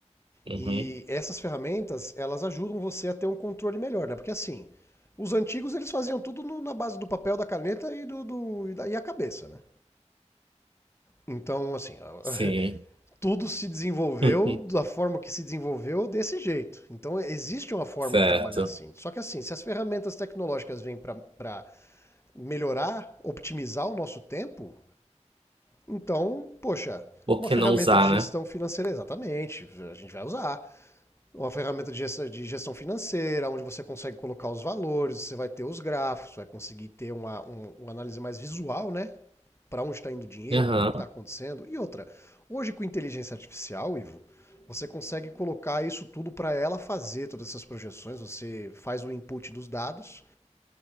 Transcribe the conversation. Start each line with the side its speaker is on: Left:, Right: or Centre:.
Right: uhum,
Left: E essas ferramentas, elas ajudam você a ter um controle melhor, né? Porque assim, os antigos eles faziam tudo no- na base do papel, da caneta e, do, do- e, da- e a cabeça, né? Então, assim, a-
Right: sim.
Left: <laughs> tudo se desenvolveu
Right: <laughs>
Left: da forma que se desenvolveu desse jeito. Então, existe uma forma
Right: Certo.
Left: de trabalhar assim. Só que assim, se as ferramentas tecnológicas vêm para melhorar, optimizar o nosso tempo, então, poxa,
Right: Por
Left: uma
Right: que
Left: ferramenta
Right: não usar,
Left: de gestão
Right: né?
Left: financeira, exatamente, a gente vai usar. uma ferramenta de gestão, de gestão financeira, onde você consegue colocar os valores, você vai ter os gráficos, vai conseguir ter uma, um- uma análise mais visual, né? Para onde está indo o dinheiro,
Right: Aham,
Left: como que está acontecendo. E outra, hoje com inteligência artificial, Ivo, você consegue colocar isso tudo para ela fazer todas essas projeções, você faz o input dos dados,